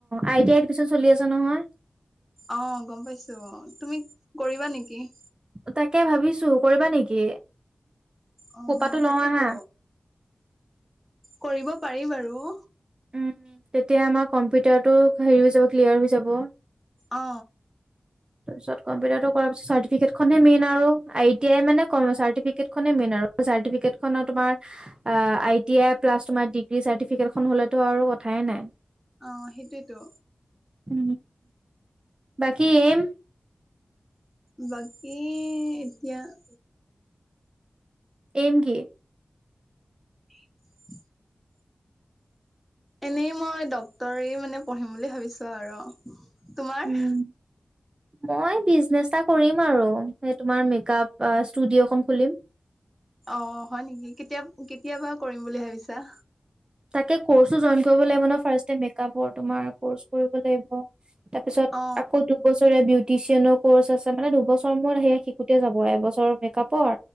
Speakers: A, on the right; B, in the centre.
A: আইটি এডমিচন চলি আছে নহয়।
B: অ গম পাইছো তুমি কৰিবা নেকি-
A: তাকে ভাবিছো কৰিবা নেকি?
B: অ
A: কোকা'টো
B: তাকেতো
A: লও আহা।
B: কৰিব পাৰি বাৰু।
A: উম তেতিয়া আমাৰ কম্পিউটাৰটো হেৰি হৈ যাব ক্লিয়াৰ হৈ যাব।
B: অ
A: তাৰপিছত কম্পিউটাৰটো কৰাৰ পিছত চাৰটিফিকেটখনে মেইন আৰু আই টি আই মানে চাৰ্টিফিকেটনে মেইন আৰু চাৰ্টিফিকেত খন আৰু তোমাৰ আই টি আই, প্লাছ তোমাৰ ডিগ্ৰী চাৰ্টিফিকেট এখন হলেতো ঠাই নাই।
B: অ সেইটোয়েইেতো-
A: উ বাকি এম?
B: বাকী এতিয়া-
A: এম কি?
B: <inaudible> এনেই মই ডক্তৰে মানে পঢ়িম বুলি ভাবিছো আৰু তোমাৰ?
A: উম মই বিজনেচ এটা কৰিম আৰু এই তোমাৰ মেকআপ ষ্টুডিঅ'খন খুলিম।
B: অ হয় নেকি কেতিয়া কেতিয়াবা কৰিম বুলি ভাবিছা।
A: তাকে কৰ্চো জইন কৰিব লাগিব ন ফাৰ্চতে মেকাপৰ তোমাৰ কৰ্চবোৰ কৰিব লাগিব। তাৰপিছত
B: অ
A: আকৌ দুবছৰীয়া বিউ টিচিয়নৰ কৰ্চ আছে মানে দুবছৰ মোৰ সেয়া শিকোতে যাব আৰু এবছৰ মেকআপৰ